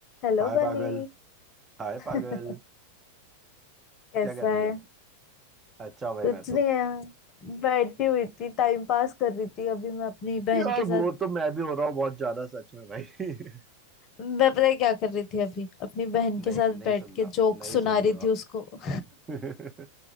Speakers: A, on the left; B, on the right.
A: Hello
B: हाय
A: बनी
B: पागल हाय
A: <laughs>
B: पागल
A: कैसा
B: क्या कर रही
A: है
B: है अच्छा भाई
A: कुछ
B: मैं तो
A: नहीं है यार बैठी हुई थी टाइम पास कर रही थी अभी मैं अपनी बहन
B: यार
A: के साथ
B: वो तो मैं भी हो रहा हूँ बहुत ज्यादा सच में भाई <laughs>
A: मैं पता है क्या कर रही थी अभी अपनी बहन
B: नहीं
A: के साथ
B: नहीं
A: बैठ
B: सुनना
A: के जोक
B: नहीं
A: सुना
B: सुनना
A: रही थी उसको <laughs>
B: <laughs>